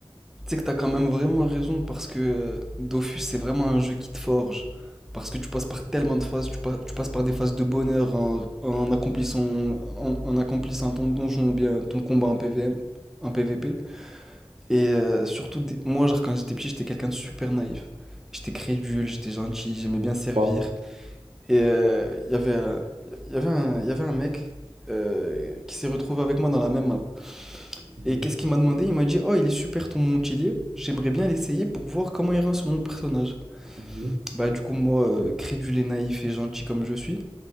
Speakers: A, in the centre; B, on the right (about 60°).
A: Tu sais que t'as quand même vraiment raison parce que euh, Dofus, c'est vraiment un jeu qui te forge. Parce que tu passes par tellement de phases, tu, pa- tu passes par des phases de bonheur en, en accomplissant, en, en accomplissant ton donjon ou bien ton combat en PVM, en PVP. Et euh, surtout, des- moi, genre, quand j'étais petit, j'étais quelqu'un de super naïf. J'étais crédule, j'étais gentil, j'aimais bien servir.
B: Ouais.
A: Et euh, il y avait, un- il y avait un, il y avait un mec euh, qui s'est retrouvé avec moi dans la même map.
B: Mhm,
A: Et qu'est-ce qu'il m'a demandé Il m'a dit Oh, il est super ton Montpellier, j'aimerais bien l'essayer pour voir comment il rend sur mon personnage.
B: mhm,
A: Bah, du coup, moi, euh, crédule et naïf et gentil comme je suis,